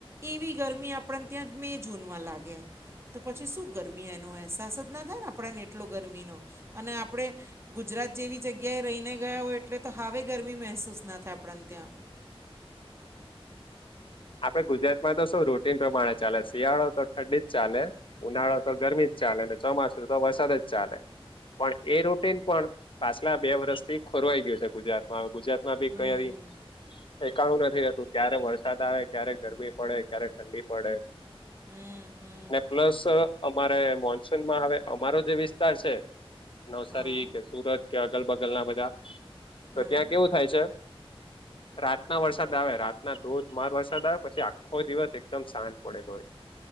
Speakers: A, on the right; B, on the left.
A: એવી ગરમી આપણને ત્યાં મે જૂનમાં લાગે તો પછી શું ગરમી એનો અહેસાસ જ ના થાય ને આપણેને એટલો ગરમીનો અને આપણે ગુજરાત જેવી જગ્યાએ રહીને ગયા હોય એટલે તો સાવે ગરમી મહેસૂસ ના થાય આપણને ત્યાં
B: આપડે ગુજરાતમાં તો શું રૂટીન પ્રમાણે ચાલે શિયાળો તો ઠંડી જ ચાલે ઉનાળો તો ગરમી જ ચાલે અને ચોમાસું તો વરસાદ જ ચાલે પણ એ રૂટીન પણ પાછલા બે વર્ષથી ખોરવાઈ ગયું છે ગુજરાતમાં હવે ગુજરાત માં બી
A: હમ
B: કઈ ઠેકાનું નથ <unintelligible> ક્યારે વરસાદ આવે ક્યારે ગરમી પડે ક્યારે ઠંડી પડે
A: હમ હમ
B: ને પ્લસ અ અમારે મોનસૂનમાં હવે અમારો જે વિસ્તાર છે. નવસારી
A: હા
B: કે સુરત કે અગલ બગલ ના બધા,
A: હા
B: તો ત્યાં કેવું થાય છે. રાતના વરસાદ આવે રાતના ધોધમાર વરસાદ આવે પછી આખ કોઈ દિવસ એકદમ સાંજ પડે તોય,